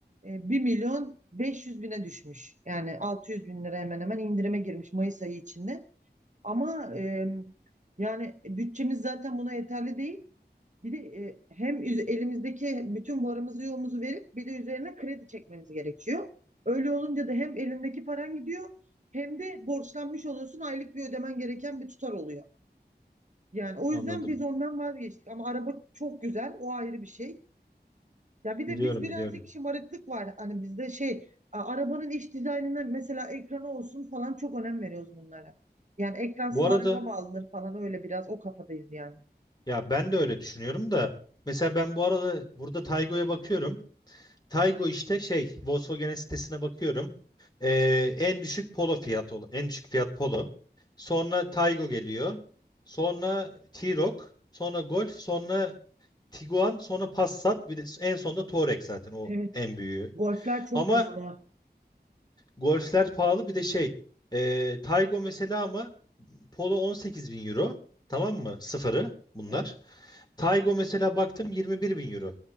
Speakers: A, on the right; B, on the left.
A: e, 1 milyon beş yüz bine düşmüş. Yani altı yüz bin lira hemen hemen indirime girmiş Mayıs ayı içinde. Ama e, yani bütçemiz zaten buna yeterli değil. Bir de e, hem üz- elimizdeki bütün varımızı yoğumuzu verip bir de üzerine kredi çekmemiz gerekiyor. Öyle olunca da hem elindeki paran gidiyor hem de borçlanmış oluyorsun aylık bir ödemen gereken bir tutar oluyor. Yani o
B: Anladım.
A: yüzden biz ondan vazgeçtik ama araba çok güzel o ayrı bir şey. Ya bir de
B: Biliyorum
A: biz birazcık
B: biliyorum.
A: şımarıklık var hani bizde şey a- arabanın iç dizaynına mesela ekranı olsun falan çok önem veriyoruz bunlara. Yani ekransız
B: Bu arada
A: araba mı alınır falan öyle biraz o kafadayız yani.
B: ya ben de öyle düşünüyorum da mesela ben bu arada burada Taygo'ya bakıyorum. Taygo işte şey Volkswagen sitesine bakıyorum. Ee, en düşük Polo fiyat ol- en düşük fiyat Polo. Sonra Taygo geliyor. Sonra T-Roc, sonra Golf, sonra Tiguan, sonra Passat, bir de en sonunda Touareg zaten o
A: Evet.
B: en büyüğü.
A: Golfler çok
B: Ama
A: pahalı.
B: Golf'ler pahalı bir de şey e, Taygo mesela ama Polo 18 bin euro tamam mı? Sıfırı bunlar.
A: Evet.
B: Taygo mesela baktım 21 bin euro.